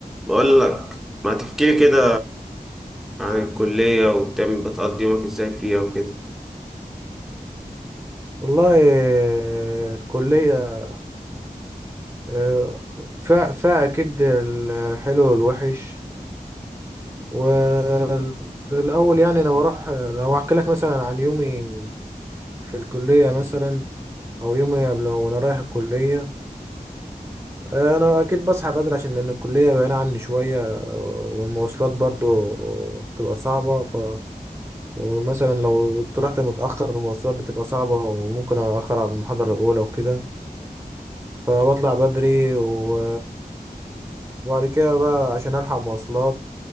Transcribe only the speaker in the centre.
بقول لك ما تحكي لي كده عن الكلية وبتعمل بتقضي يومك ازاي فيها وكده